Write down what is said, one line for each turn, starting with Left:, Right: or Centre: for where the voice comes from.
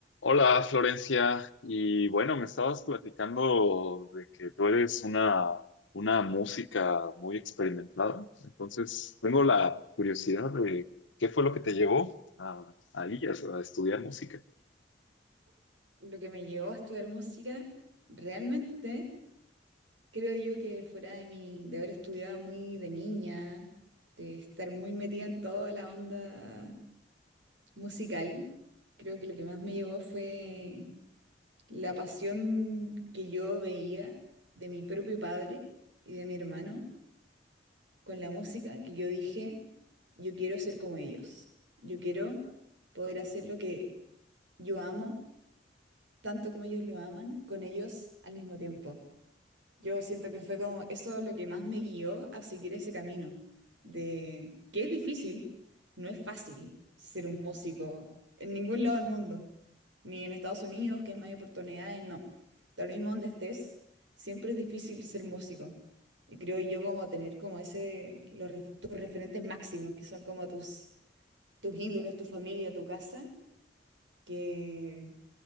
Left: Hola Florencia, y bueno, me estabas platicando de que tú eres una, una música muy experimentada, entonces tengo la curiosidad de qué fue lo que te llevó a, a ellas, a estudiar música.
Right: lo que me llevó a estudiar música, realmente creo yo que fuera de mi, de haber estudiado muy de niña, de estar muy metida en toda la onda musical, creo que lo que más me llevó fue la pasión que yo veía de mi propio padre y de mi hermano con la música, que yo dije, yo quiero ser como ellos, yo quiero poder hacer lo que yo amo, tanto como ellos lo aman, con ellos al mismo tiempo. Yo siento que fue como eso lo que más me guió a seguir ese camino, de que es difícil, no es fácil ser un músico en ningún lado del mundo, ni en Estados Unidos, que es más hay oportunidades, no. Tal mismo donde estés, siempre es difícil ser músico. Y creo yo como tener como ese, los, ref- tus referentes máximos, que son como tus, tus ídolos, tu familia, tu casa, que